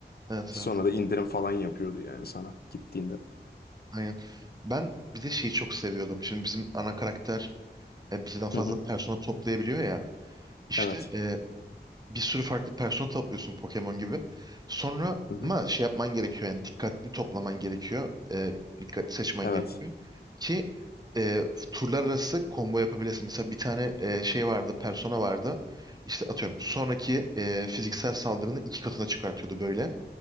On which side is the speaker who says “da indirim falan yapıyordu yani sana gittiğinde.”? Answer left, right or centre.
Left